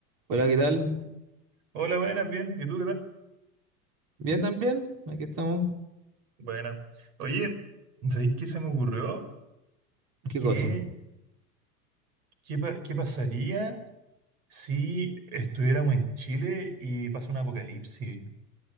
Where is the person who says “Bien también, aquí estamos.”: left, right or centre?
Right